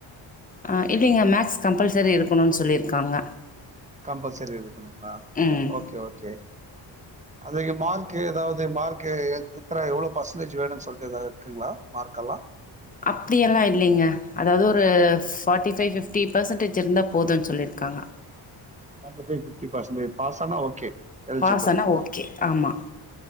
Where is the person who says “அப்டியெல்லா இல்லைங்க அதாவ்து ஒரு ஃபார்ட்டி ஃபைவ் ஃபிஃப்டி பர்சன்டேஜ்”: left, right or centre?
Left